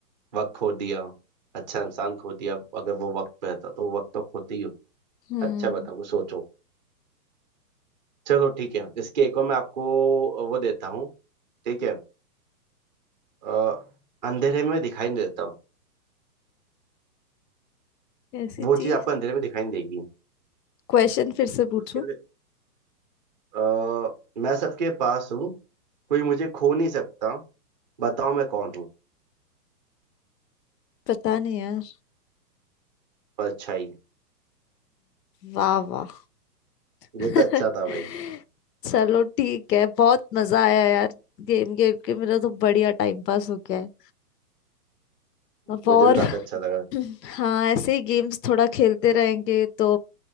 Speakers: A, on the right; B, on the left.
A: वक्त खो दिया अच्छा इंसान खो दिया अगर वो वक्त पे रहता तो वक्त तो खोते ही हो
B: हम्म
A: अच्छा बताओ कुछ सोचो चलो ठीक है इसके एक और मैं आपको वो देता हूँ ठीक है अ, अंधेरे में दिखाई नहीं देता
B: ऐसी
A: वो
B: चीज
A: चीज आपको अंधेरे में दिखाई नहीं देगी
B: क्वेश्चन फिर से पूछो
A: उसके लिए अ, मैं सबके पास हूँ कोई मुझे खो नहीं सकता बताओ मैं कौन हूँ
B: पता नहीं यार
A: परछाई
B: वाह वाह <laughs>
A: ये तो अच्छा था भाई
B: चलो ठीक है बहुत मजा आया यार गेम खेल के मेरा तो बढ़िया टाइम पास हो गया है अब
A: मुझे
B: और
A: भी काफी अच्छा लगा
B: <clears throat> हाँ ऐसे ही गेम्स थोड़ा खेलते रहेंगे तो